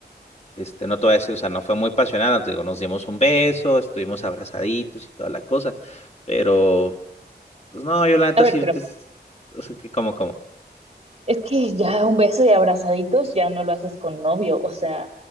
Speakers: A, on the left; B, on the right.
A: este, no te voy a decir, o sea, no fue muy pasional, no te digo, nos dimos un beso, estuvimos abrazaditos y toda la cosa. Pero, pues no, yo la neta
B: A ver,
A: sí,
B: pero
A: te- o sea, que como, como.
B: es que ya un beso y abrazaditos ya no lo haces con novio, o sea,